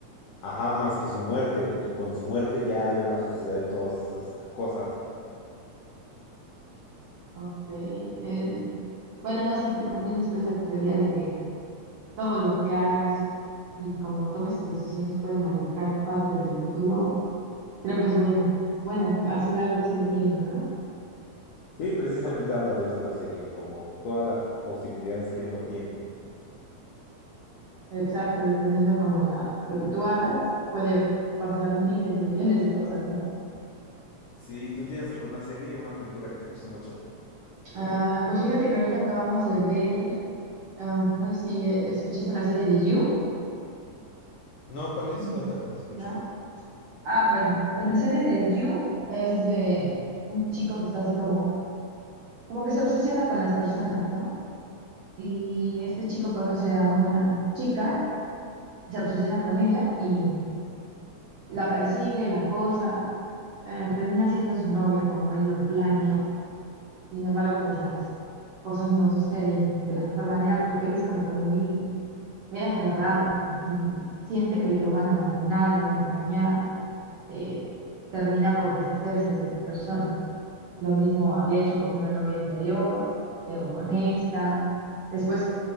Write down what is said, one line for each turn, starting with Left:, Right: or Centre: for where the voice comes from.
Left: Ajá, más que su muerte, y con su muerte ya iban a suceder todas esas cosas.
Right: Ok. el, Bueno, no sé tú qué opinas, pero esa teoría de que todo lo que hagas y como tomes tus decisiones puede modificar parte del futuro. Creo que es buena. Bueno, así algo así lo entiendo, ¿no?
Left: Sí, precisamente habla de eso la serie, como todas las posibilidades que uno tiene.
Right: Exacto, dependiendo como la, lo que tú hagas, puede pasar miles de millones de cosas, ¿no?
Left: Sí, ¿tú tienes alguna serie, una película que te guste mucho?
Right: Ah, pues fíjate que ahorita acabamos de ver, ah, no sé si eh, escuchaste la serie de You,
Left: No, ¿cuál es?
Right: Mm,
Left: Cuéntame, te escucho.
Right: ¿no? Ah, bueno, pues la serie de You es de un chico que está así como, como que se obsesiona con las personas, ¿no? Y este chico conoce a una chica, se obsesiona con ella y la persigue, la acosa, eh, termina siendo su novia como él lo planeó. Sin embargo, pues las cosas no suceden de la mejor manera porque él es como que muy, muy aferrado y si siente que lo van a abandonar, lo van a engañar, eh, termina por deshacerse de las personas. Lo mismo había hecho con una novia anterior, luego con esta. Después,